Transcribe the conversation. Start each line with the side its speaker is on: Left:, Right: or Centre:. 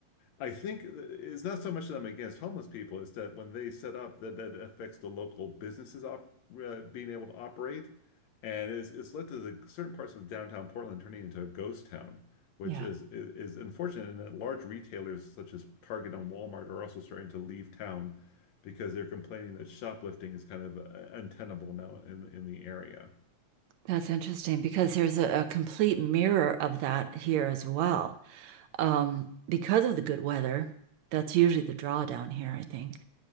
Left: I think it's not so much that I'm against homeless people, it's that when they set up, that that affects the local businesses op uh, being able to operate, and it's it's led to the certain parts of downtown Portland turning into a ghost town, which
Right: yeah,
Left: is is, is unfortunate. And that large retailers such as Target and Walmart are also starting to leave town because they're complaining that shoplifting is kind of uh, untenable now in in the area.
Right: that's interesting because there's a, a complete mirror of that here as well. um, because of the good weather, that's usually the draw down here, I think.